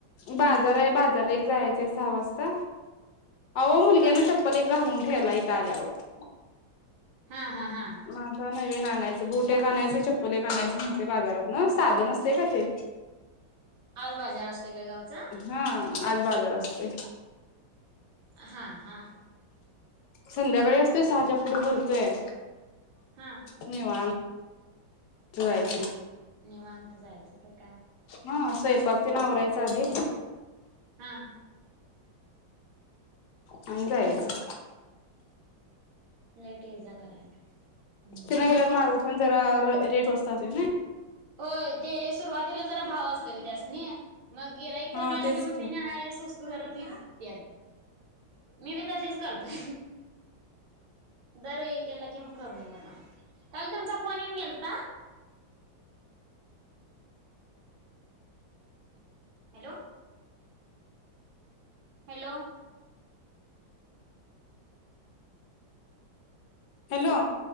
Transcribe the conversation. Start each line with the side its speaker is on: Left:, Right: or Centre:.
Left: बाजार आहे बाजार एक जायचंय सहा वाजता आहे मुलग्याना
Right: हा
Left: चप्पल <unintelligible> <unintelligible> इथ आल्यावर
Right: हा हा हा
Left: माझा नवीन आणायचे बूट <unintelligible> चप्पल <unintelligible> बाजारात म साध नसतंय <unintelligible>
Right: आज <unintelligible>
Left: हा आज बाजार असतो
Right: हा हा
Left: संध्याकाळी असतोय सहाच्या पुढ भरतोय
Right: हा
Left: निवांत जायचं
Right: हा ह निवांत जायचं तर का?
Left: हा स्वयंपाक ते आवरायचं आधी.
Right: हा
Left: आणि जायचं.
Right: नाही ते ये जा करायला. हम्म
Left: ते नाय
Right: हम्म
Left: गेल्यावर माळव. पण जरा रेट असतात ना.
Right: होय ते सुरुवातीला जरा भाव असतोय त्यासनी. मग ग्राहक कमी
Left: हा
Right: आले
Left: तेच
Right: की त्यांनी हाय हेना स्वस्त. तू जरा तूच मी बी तशीच करतो जर हे केला की मग कमी करवत काल तुमचा फोन येऊन गेलता हॅलो हॅलो
Left: हॅलो